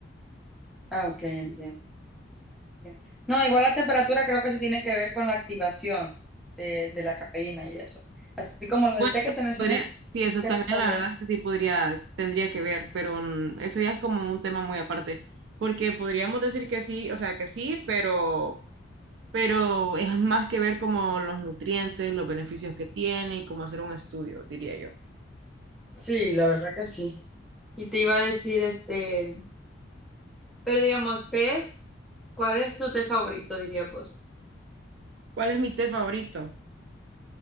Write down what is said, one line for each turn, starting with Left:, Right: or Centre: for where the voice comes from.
Centre: Ah, ok, entiendo. Ok. No, igual la temperatura creo que se tiene que ver con la activación de, de la cafeína y eso. Así como lo
Right: Bueno,
Centre: del té que te mencioné,
Right: podría, sí, eso
Centre: creo
Right: también
Centre: que también.
Right: la verdad es que sí podría, tendría que ver, pero mm, eso ya es como un tema muy aparte, porque podríamos decir que sí, o sea, que sí, pero, pero es más que ver como los nutrientes, los beneficios que tiene y cómo hacer un estudio, diría yo.
Centre: Sí, la verdad que sí. Y te iba a decir, este, pero digamos, tés, ¿cuál es tu té favorito, dirías vos?
Right: ¿Cuál es mi té favorito?